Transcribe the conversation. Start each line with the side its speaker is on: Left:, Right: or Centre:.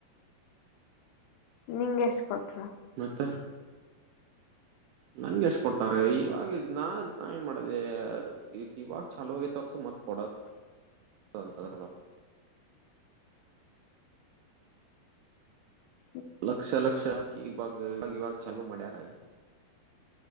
Left: ನಿಂ ಎಷ್ಟ ಕೊಟ್ರ
Right: ಮತ್ತ ನಂಗೆ ಎಷ್ಟ್ ಕೊಡ್ತಾರೆ ಇವಾಗ ನಾ ನಾ ಏನ್ ಮಾಡೋದ ಇವಾಗ ಚಛಲೋೋಗತರ ಮತ್ ಕೊಡೋದು
Left: <inaudible>
Right: ಹಂತದರಳ
Left: ಹಾ
Right: ಲಕ್ಷ ಲಕ್ಷ ಹಾಕಿ ಬಾ ಇವಾಗ ಇವಾಗ ಚೆಂದ ಮ್ಯಾರ